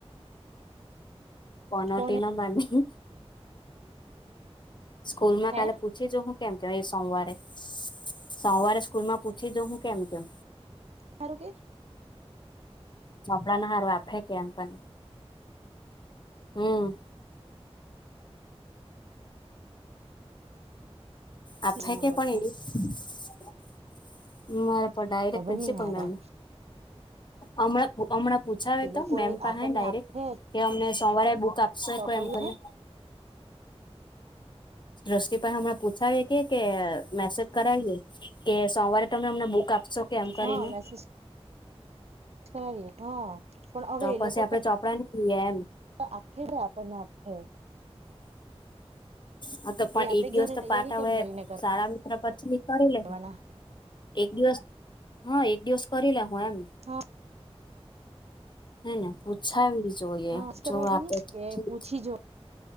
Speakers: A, on the left; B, on the right.
A: પનોટી
B: કોને
A: ન માંરની. સ્કૂલ માં
B: હે
A: કાલે પૂછી જો હું કેમ કેવાય સોમવારે, સોમવારે સ્કૂલ માં પૂછી જોઉ હું કેમ કેમ?
B: હારું કે?
A: ચોપડા ના હારૂ આપે હે કે એમ પણ હમ, આ
B: છેલ્લા
A: ફેકે
B: નંબર
A: પણ
B: પર
A: એવી. <unintelligible> પણ ડાયરેક
B: ખબર
A: પ્રિન્સપલ
B: નઈ હારા
A: મેમ, હમણા હમણાં પૂછાવે
B: એ
A: તો
B: લોકો
A: મેમ
B: એ
A: પાસે
B: આપણને
A: ડાયરેક્ટ
B: આપે
A: કે અમને સોમવારે બુક આપ <unintelligible>
B: તો પહી
A: એમ કરીને.
B: હે
A: દ્રષ્ટિ પર હમણાં પૂછાવીએ કે કે મેસેજ કરાવીએ કે સોમવારે તમે અમને બુક આપશો કે એમ કરીને
B: હા મેસેજ કરાવીએ હા, પણ હવે
A: તો
B: એ
A: પછી
B: લોકો
A: આપડે ચોપડા ની લઈએ એમ,
B: <inaudible> <inaudible> તો આપ હે રે <inaudible> આપણને આપહે.
A: હા તો
B: ભાઈ
A: પણ
B: આપડે
A: એક દિવસ
B: ઘેરે
A: તો
B: તૈયારી
A: પાટા
B: કેમ
A: હોય
B: કરીને
A: સારા પછી કરી
B: કરવાના
A: લેહું એક દિવસ, હા એક દિવસ કરી લે હું એમ
B: હા
A: હેને પૂછાવી. જોઈએ
B: હા
A: જો
B: કરવા
A: વા
B: કે
A: આપે
B: નહી
A: તો
B: કે
A: ઠીક,
B: પૂછી જો